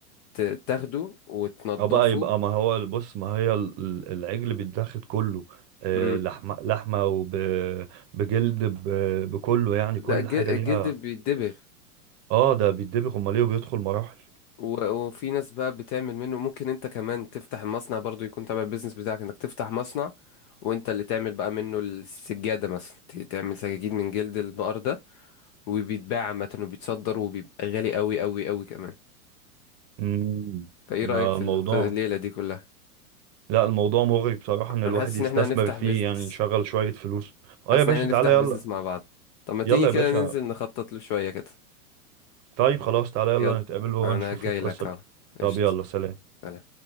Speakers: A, on the left; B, on the right.
A: ت- تاخده وتنضفه
B: اه بقى يبقى ما هو بص ما هي ال- ال- العجل بيتاخد كله آه،
A: مم.
B: لحمة لحمة وبجلد بكله يعني
A: لا
B: كل
A: الج-
B: حاجة
A: الجلد
B: ليها
A: بيتدبغ
B: اه ده بيتدبغ امال ايه وبيدخل مراحل
A: و- وفي ناس بقى بتعمل منه ممكن انت كمان تفتح مصنع برضو يكون تبع البيزنس بتاعك انك تفتح مصنع وانت اللي تعمل بقى منه السجادة مثلا ت- تعمل سجاجيد من جلد البقر ده وبيتباع عامة وبيتصدر وبيبقى غالي قوي قوي قوي كمان
B: امم
A: فايه رأيك
B: آه،
A: في
B: الموضوع
A: الق- الليلة دي كلها
B: لا الموضوع مغري بصراحة ان الواحد
A: انا حاسس
B: يستثمر
A: ان احنا هنفتح
B: فيه
A: بيزنس
B: يعني يشغل شوية فلوس اه
A: حاسس
B: يا باشا
A: ان احنا نفتح
B: تعالى يلا
A: بيزنس مع بعض طب ما تيجي
B: يلا يا
A: كده
B: باشا
A: ننزل نخطط له شوية كده
B: طيب خلاص تعالى يلا
A: يلا
B: نتقابل ونشوف
A: انا جاي
B: القصة
A: لك
B: دي
A: اهو قشطة
B: طب يلا سلام
A: سلام.